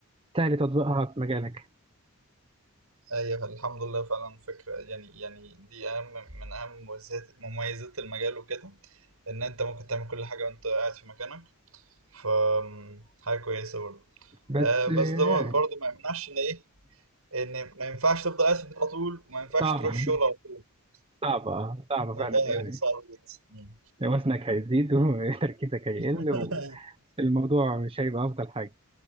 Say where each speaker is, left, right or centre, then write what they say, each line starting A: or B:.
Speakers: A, on the right; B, on the right.
A: سهل تطبيقها في مجالك
B: ايوه الحمد لله فعلا فكرة يعني يعني دي اهم من اهم مميزات مميزات المجال وكده ان انت ممكن تعمل كل حاجة وانت قاعد في مكانك ف حاجة كويسة برضو
A: بس
B: آه بس
A: آه، يعني
B: ده برضو ما يمنعش ان ايه ان ما ينفعش تفضل قاعد في البيت على طول وما ينفعش
A: صعبة
B: تروح الشغل على طول <laughs>
A: صعبة آه، صعبة فعلا
B: الموضوع
A: يعني
B: هيبقى صعب جدا
A: وزنك هيزيد وتركيزك هيقل
B: <laughs>
A: والموضوع مش هيبقى أفضل حاجة